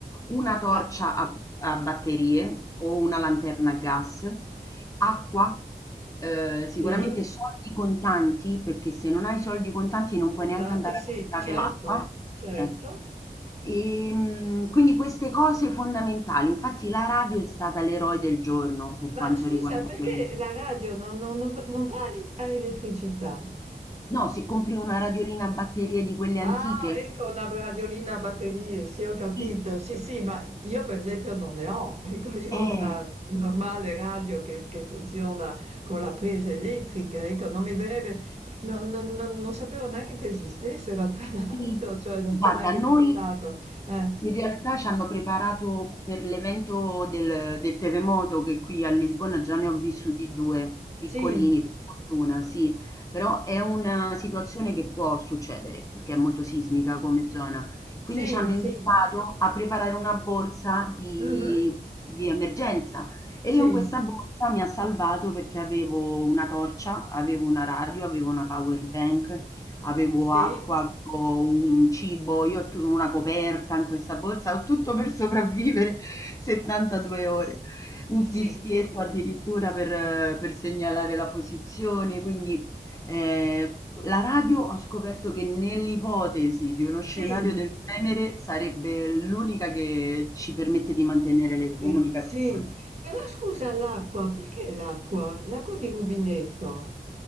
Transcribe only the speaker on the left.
una torcia
a, a batterie o una lanterna a gas, Acqua, ehm,
sicuramente soldi contanti, perché se non hai soldi contanti non
puoi neanche andare
a comprare
l'acqua.
Eh. Ehm, quindi queste cose fondamentali. Infatti la radio è stata l'eroe del giorno per
quanto
riguarda
quelle
no, se compri una radiolina a batterie di quelle antiche
sì,
eh.
Sì.
Guarda,
noi
in realtà ci hanno preparato per l'evento del, del terremoto che qui a Lisbona già ne ho vissuti due piccolini,
per fortuna, sì, però è una situazione che può succedere perché è molto sismica come zona.
Quindi ci hanno
invitato a preparare una borsa di,
di emergenza e
io in questa borsa mi ha salvato perché avevo una torcia, avevo una radio, avevo una power bank avevo
acqua, avevo un cibo, io tu una coperta in questa borsa, ho tutto per sopravvivere <laughs> 72
ore, un fischietto
addirittura per, eh, per segnalare la posizione, quindi eh, la radio ho scoperto che nell'ipotesi di uno
scenario del genere sarebbe l'unica che ci permette di mantenere le
comunicazioni.